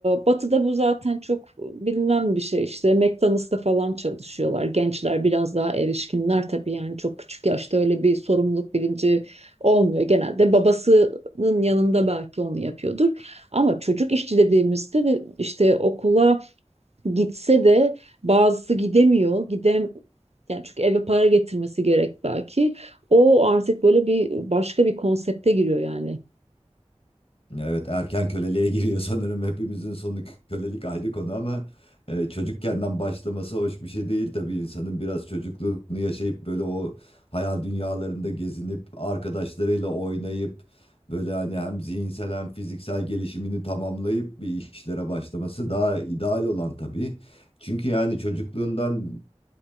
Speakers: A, on the right; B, on the left.
A: Batı'da bu zaten çok bilinen bir şey işte McDonald's'ta falan çalışıyorlar. Gençler biraz daha erişkinler tabii yani çok küçük yaşta öyle bir sorumluluk bilinci olmuyor. Genelde babasının yanında belki onu yapıyordur. Ama çocuk işçi dediğimizde de işte okula gitse de bazısı gidemiyor. Gidem yani çünkü eve para getirmesi gerek belki. O artık böyle bir başka bir konsepte giriyor yani.
B: Evet erken köleliğe giriyor sanırım hepimizin sonu kölelik ayrı konu ama e, çocukkenden başlaması hoş bir şey değil tabii insanın biraz çocukluğunu yaşayıp böyle o hayal dünyalarında gezinip arkadaşlarıyla oynayıp böyle hani hem zihinsel hem fiziksel gelişimini tamamlayıp bir işlere başlaması daha ideal olan tabii. Çünkü yani çocukluğundan